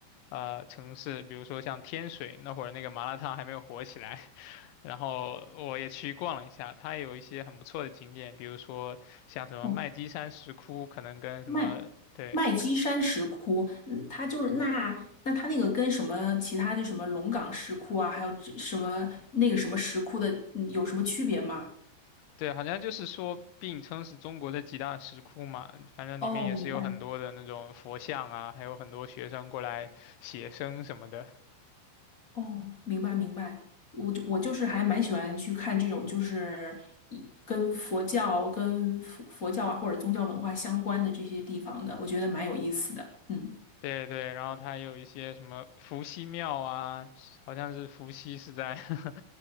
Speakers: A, on the left; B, on the left.
A: 呃城市，比如说像天水那会儿那个麻辣烫还没有火起来，<laughs> 然后我也去逛了一下，它也有一些很不错的景点，比如说像什么麦积山石窟，
B: 哦，
A: 可能跟什么对
B: 麦麦积山石窟，嗯，它就是那那它那个跟什么其他就什么龙岗石窟啊，还有这什么那个什么石窟的，嗯有什么区别吗？
A: 对，好像就是说并称是中国的几大石窟嘛，反正里面也是有很多的那种佛像啊，
B: 哦，明白，
A: 还有很多学生过来写生什么的。
B: 哦，明白明白。我就我就是还蛮喜欢去看这种，就是一跟佛教、跟佛佛教啊或者宗教文化相关的这些地方的，我觉得蛮有意思的。嗯，
A: 对对，然后它有一些什么伏羲庙啊，好像是伏羲是在 <laughs>